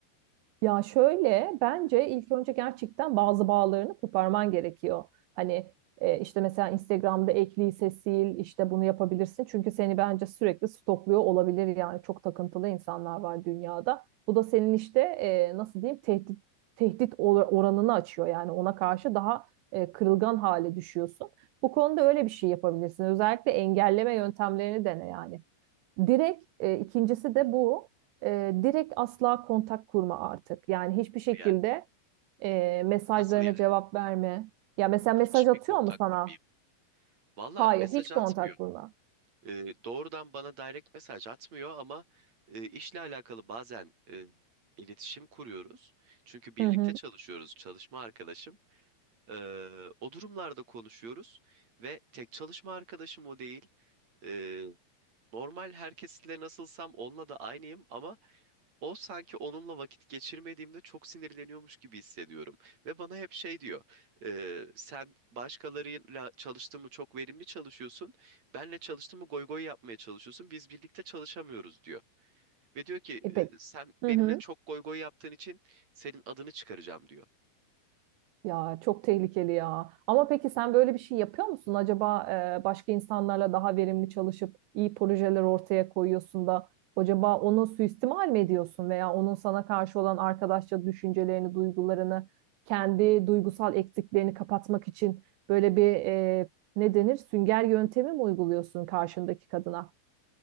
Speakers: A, on the right; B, on the right.
A: Ya şöyle bence ilk önce gerçekten bazı bağlarını koparman gerekiyor. Hani e, işte mesela Instagram'da ek lise sil işte bunu yapabilirsin. Çünkü seni bence sürekli stokluyor olabilir yani çok takıntılı insanlar var dünyada. Bu da senin işte e, nasıl diyeyim tehdit tehdit or- oranını açıyor yani ona karşı daha e, kırılgan hale düşüyorsun. Bu konuda öyle bir şey yapabilirsin. Özellikle engelleme yöntemlerini dene yani. Direkt e, ikincisi de bu. E, direkt asla kontak kurma artık. Yani hiçbir şekilde
B: Yani
A: e, mesajlarına
B: nasıl yani?
A: cevap verme. Ya mesela
B: Hiç
A: mesaj atıyor
B: mi kontak
A: mu sana?
B: kurmayayım? Valla
A: Hayır,
B: mesaj
A: hiç
B: atmıyor.
A: kontak kurma.
B: Ee, doğrudan bana direkt mesaj atmıyor ama e, işle alakalı bazen e, iletişim kuruyoruz. Çünkü birlikte
A: Hı hı.
B: çalışıyoruz, çalışma arkadaşım. Ee, o durumlarda konuşuyoruz ve tek çalışma arkadaşım o değil. Ee, normal herkesle nasılsam onunla da aynıyım ama o sanki onunla vakit geçirmediğimde çok sinirleniyormuş gibi hissediyorum. Ve bana hep şey diyor, "Ee, sen başkalarıyla çalıştığın mı çok verimli çalışıyorsun, benle çalıştığın mı goy goy yapmaya çalışıyorsun, biz birlikte çalışamıyoruz diyor. Ve diyor ki
A: E peki.
B: "Ee, sen benimle
A: Hı hı.
B: çok goy goy yaptığın için senin adını çıkaracağım diyor.
A: Ya çok tehlikeli ya. Ama peki sen böyle bir şey yapıyor musun? Acaba e, başka insanlarla daha verimli çalışıp iyi projeler ortaya koyuyorsun da acaba onu suistimal mi ediyorsun veya onun sana karşı olan arkadaşça düşüncelerini, duygularını, kendi duygusal eksiklerini kapatmak için böyle bir e, ne denir? Sünger yöntemi mi uyguluyorsun karşındaki kadına?